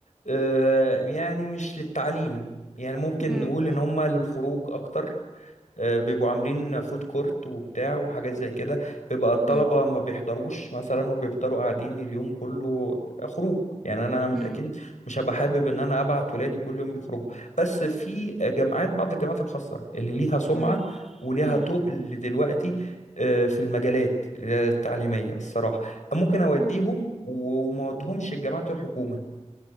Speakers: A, on the left; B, in the centre.
A: آه، يعني مش للتعليم يعني ممكن
B: مم.
A: نقول ان هم للخروج اكتر آه، بيبقوا عاملين فود كورت وبتاع وحاجات زي كده بيبقى الطلبة
B: مم.
A: ما بيحضروش مثلا وبيفضلوا قاعدين اليوم كله آه، خروج يعني انا مش
B: مم.
A: اكيد مش هبقى حابب ان انا ابعت ولادي كل يوم يخرجوا بس في جامعات بعض الجامعات الخاصة اللي ليها سمعة
B: مم.
A: وليها
B: مم.
A: تقل دلوقتي آه، في المجالات التعليمية الصراحة ممكن أوديهم
B: مم.
A: وما أوديهمش الجامعات الحكومة